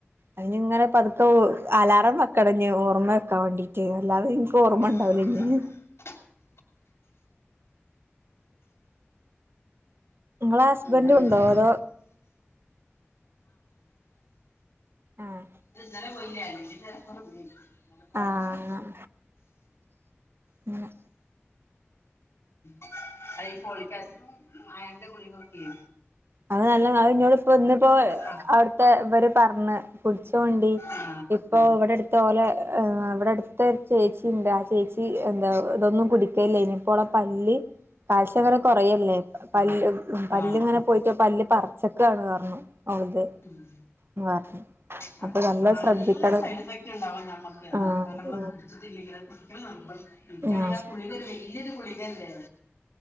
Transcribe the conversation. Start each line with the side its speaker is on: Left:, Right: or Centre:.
Right: അതി ഇങ്ങനെ പതുക്കെ അലാറം വക്കണം ഓർമ്മയ വക്കാൻ വേണ്ടീട്ട് അല്ലാതെ എനിക്ക് ഓർമ്മ
Left: ആഹ്
Right: ഉണ്ടാവു അല്ലങ്ക <inaudible>
Left: <unintelligible>
Right: നിങ്ങളെ ഹസ്ബൻഡ
Left: അങ്ങനെല്ലേ
Right: ഉണ്ടോ അതോ ആഹ
Left: ഇ ഇന്നലെ പോയില്ലീറ ഇന്നലെ പോകാത്തോണ്ട്
Right: ആഹ് ങ്ങനെ
Left: ഉ അ ഫോളിക്കാസിടും അയൺന്റെ ഗുളിക ഒക്കെയ
Right: അത് നല്ല ഇന്നോട് ഇപ്പ ഇന്നിപ്പോ
Left: ആ
Right: അവിടുത്തെ ഇവര് പറഞ് വിൾച്ച -- ണ്ട
Left: ആ
Right: ഇപ്പൊ ഇവിടെടു പോലെ ഇവിടെ അടുത്ത ചേച്ചി ഉണ്ട് ആ ചേച്ചി എന്താ ഇതൊന്നും കുടിക്കല്ല ഇനിയിപ്പോൾ പല്ലി കാ പച്ചങ്ങനെ കുറയല്ലേ പല്ല് പല്ല്
Left: ആ
Right: ഇങ്ങനെ പോയിട്ട് പല്ല് പറച്ചക്ക ആണ് റഞ്ഞു ഓൾത്
Left: ഉം.
Right: എന്ന് പറഞ്ഞു
Left: ആ
Right: അപ്പൊ നല്ല ശ്രദ്ധിക്കണം
Left: നല്ല സൈഡ് എഫക്റ്റ് ഉണ്ടാവും ഞമ്മുക്ക് കാരണം
Right: ആഹ്
Left: നമ്മളത് കുടിച്ചിട്ടില്ലെങ്കിൽ ന എനിക്കാണെങ്കിൽ
Right: ആഹ്
Left: ആ ഗുളിക ഒരു വലിയൊരു ഗുളികല്ലേ